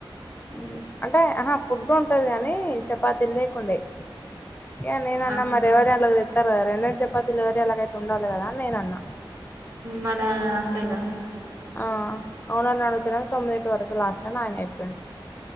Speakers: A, on the left; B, on the right.
A: ఉమ్మ్ అంటే ఆహా ఫుడ్ ఉంటది కానీ చపాతీలు లేకుండే ఇక నేనన్నా
B: ఆ
A: మరి ఎవరియి అలకు తిత్తారు కదా రెండ్రెండు చపాతీలు ఎవరియి అలాకైతే ఉండాలి కదా అని నేనన్నా
B: మరి అంతేగా
A: ఆ ఓనర్ని అడిగితేనేమో తొమ్మిదిటి వరకు లాస్ట్ అని ఆయన చెప్పిండు